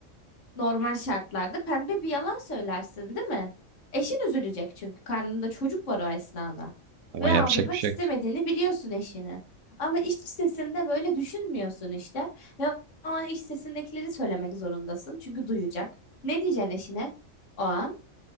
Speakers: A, on the left; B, on the right.
A: Normal şartlarda pembe bir yalan söylersin, değil mi? Eşin üzülecek çünkü karnında çocuk var o esnada.
B: Ama
A: Ve
B: yapacak
A: aldırmak
B: bir şey
A: istemediğini
B: yok.
A: biliyorsun eşine. Ama iç sesinde böyle düşünmüyorsun işte. Ve o an iç sesindekileri söylemek zorundasın. Çünkü duyacak. Ne diyeceksin eşine? O an